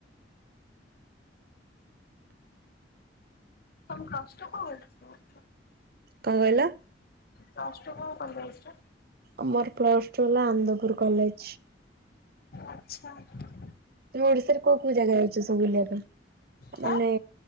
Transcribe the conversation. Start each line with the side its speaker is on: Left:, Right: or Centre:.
Left: ତମୁ କଷ୍ଟ କଁ ହଉ ରୁହ।
Right: କଁ କହିଲ?
Left: ପ୍ଲସ ଟୁ କୋଉ କଲେଜର?
Right: ଅ ମୋର ପ୍ଲସ ଟୁ ହେଲା ଆନ୍ଦପୁର କଲେଜ।
Left: ଆଚ୍ଛା।
Right: ତମେ ଓଡିଶାରେ କୋଉ କୋଉ ଜାଗା ଯଇଛ ସବୁ ବୁଲିବା ପାଇଁ
Left: ହାଁ
Right: ମାନେ